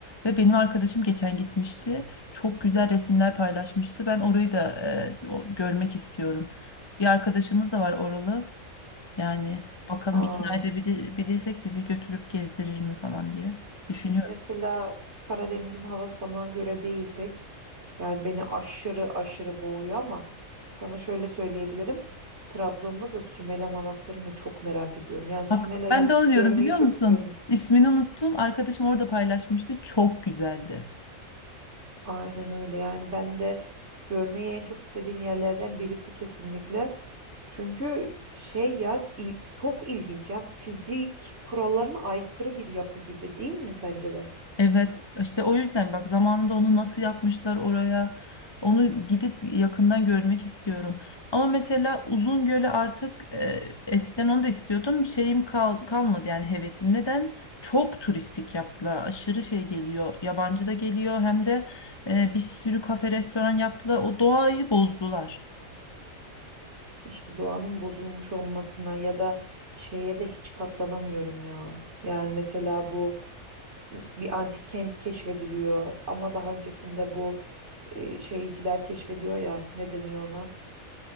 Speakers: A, on the left; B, on the right.
A: ve benim arkadaşım geçen gitmişti. Çok güzel resimler paylaşmıştı. Ben orayı da e, o- görmek istiyorum. Bir arkadaşımız da var oralı. Yani bakalım
B: Aa,
A: ikna edebilirsek bizi götürüp gezdirir mi falan diye düşünüyorum.
B: mesela Karadeniz'in havası bana göre değil pek. Yani beni aşırı aşırı boğuyor ama sana şöyle söyleyebilirim. Trabzon'da da Sümela Manastırı'nı çok merak ediyorum. Yani Sümela'yı
A: Bak ben de onu diyordum
B: görmeyi
A: biliyor
B: çok
A: musun?
B: istiyorum.
A: İsmini unuttum. Arkadaşım orada paylaşmıştı. Çok güzeldi.
B: Aynen öyle yani ben de görmeyi en çok istediğim yerlerden birisi kesinlikle. Çünkü şey ya il- çok ilginç yani fizik kurallarına aykırı bir yapı gibi değil mi sence de?
A: Evet işte o yüzden bak zamanında onu nasıl yapmışlar oraya onu gidip yakından görmek istiyorum. Ama mesela Uzungöl'e artık e, eskiden onu da istiyordum şeyim kal- kalmadı yani hevesim. Neden? Çok turistik yaptılar aşırı şey geliyor yabancı da geliyor hem de e, bir sürü kafe restoran yaptılar o doğayı bozdular.
B: İşte doğanın bozulmuş olmasına ya da şeye de hiç katlanamıyorum ya. Yani mesela bu m, bir antik kent keşfediliyor ama daha öncesinde bu e, şeyciler keşfediyor ya ne deniyor ona?